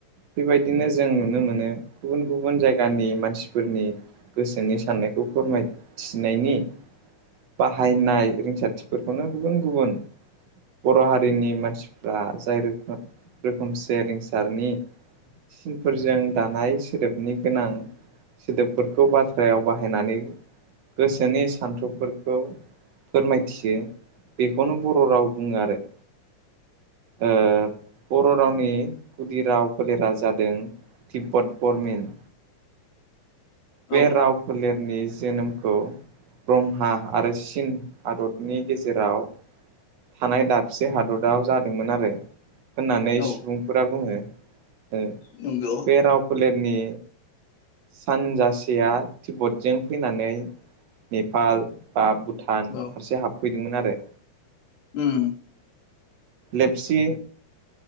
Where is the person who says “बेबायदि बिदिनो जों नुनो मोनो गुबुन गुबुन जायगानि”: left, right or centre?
Right